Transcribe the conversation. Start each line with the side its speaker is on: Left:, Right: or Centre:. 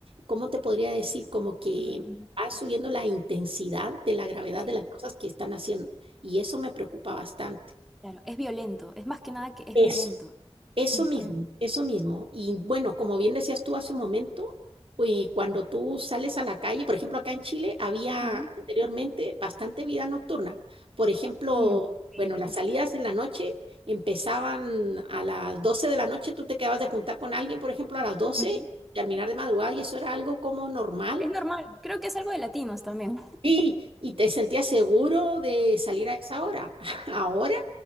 Right: ¿cómo te podría decir? Como que
Centre: Ujú,
Right: va subiendo la intensidad de la gravedad
Centre: Sí.
Right: de las cosas que están haciendo y eso me preocupa bastante.
Centre: claro, es violento, es más que nada que es
Right: Eso.
Centre: violento.
Right: Eso
Centre: Ujú,
Right: mismo, eso mismo. Y bueno, como bien decías tú hace un momento, eh, cuando tú sales a la calle, por ejemplo, acá en Chile había
Centre: Ujú,
Right: anteriormente bastante vida nocturna. Por ejemplo,
Centre: mm, sí.
Right: bueno, las salidas en la noche empezaban a las 12 de la noche, tú te quedabas de juntar con alguien, por ejemplo, a las doce
Centre: Ujú.
Right: terminar de madrugada y eso era algo como normal
Centre: Es normal, creo que es algo de latinos también.
Right: Sí, y te sentías seguro de salir a esa hora. <laughs> Ahora,